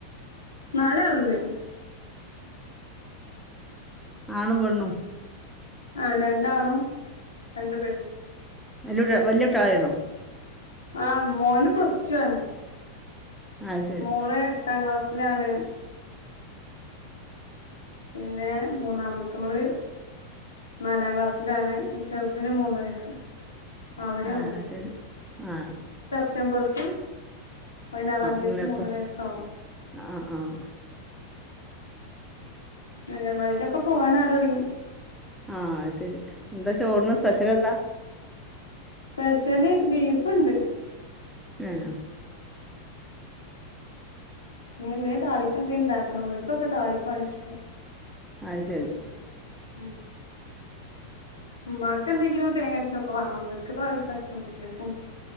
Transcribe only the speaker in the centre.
ആ ആണും പെണ്ണും
വല്ല്യയുട്ടെ വല്യട്ടായാന്നോ
അത് ശരി
ആാ അശരി ആ
മൂന്നേസം
ആഹ് ആഹ്
ആാ ശെരി എന്താ ചോറിന്
സ്പെഷ്യല് എന്താ
യെ
അത് ശെരി